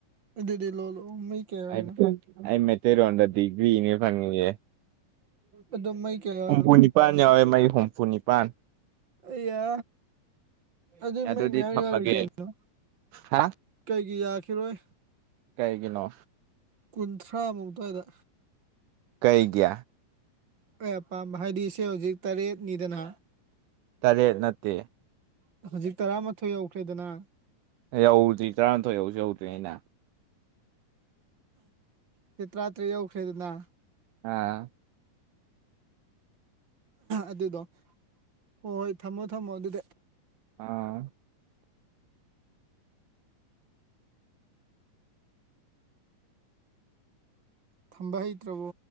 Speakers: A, on the right; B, on the right.
A: ꯑꯗꯨꯗꯤ ꯂꯣꯜꯂꯛ ꯑꯣ ꯃꯩ ꯀꯌꯥ
B: ꯑꯩ
A: ꯍꯥꯏꯅꯣ
B: ꯑꯩ ꯃꯩꯇꯩꯔꯣꯟꯗ ꯗꯤꯒꯔ꯭ꯤꯅꯦ ꯐꯪꯉꯤꯖꯦ
A: ꯑꯗꯣ ꯃꯩ ꯀꯌꯥ
B: ꯍꯨꯝꯐꯨꯅꯤꯄꯥꯟ
A: ꯍꯥꯏꯅꯣ
B: ꯌꯥꯎꯋꯦ ꯃꯩ ꯍꯨꯝꯐꯨꯅꯤꯄꯥꯟ
A: ꯑ ꯌꯥ ꯑꯗꯨ
B: ꯑꯗꯨꯗꯤ
A: ꯃꯩ ꯃꯌꯥꯝ
B: ꯊꯝꯃꯒꯦ
A: ꯌꯥꯎꯔꯤ ꯀꯩꯅꯣ
B: ꯍꯥ
A: ꯀꯩꯒꯤ ꯌꯥꯈꯤꯔꯣꯏ
B: ꯀꯩꯒꯤꯅꯣ
A: ꯀꯨꯟꯊ꯭ꯔꯥꯃꯨꯛ ꯑꯗꯨꯋꯥꯏꯗ
B: ꯀꯩꯒꯤ
A: ꯑꯩ ꯑꯄꯥꯝꯕ ꯍꯥꯏꯗꯤ ꯁꯦ ꯍꯧꯖꯤꯛ ꯇꯔꯦꯠꯅꯤꯗꯅ
B: ꯇꯔꯦꯠ ꯅꯠꯇꯦ
A: ꯍꯨꯖꯤꯛ ꯇꯔꯥꯃꯥꯊꯣꯏ ꯌꯧꯈ꯭ꯔꯦꯗꯅ
B: ꯌꯧꯗꯔꯤ ꯇꯔꯥꯃꯥꯊꯣꯏ ꯌꯧꯁꯨ ꯌꯧꯗ꯭ꯔꯤꯉꯩ ꯅ
A: ꯁꯦ ꯇꯔꯥꯇꯔꯦꯠ ꯌꯧꯈ꯭ꯔꯦꯗꯅ
B: ꯑꯥ
A: ꯑꯗꯨꯗꯣ ꯍꯣꯏ ꯍꯣꯏ ꯊꯝꯃꯣ ꯊꯝꯃꯣ ꯑꯗꯨꯗꯤ
B: ꯑꯥ
A: ꯊꯝꯕ ꯍꯩꯇ꯭ꯔꯕꯣ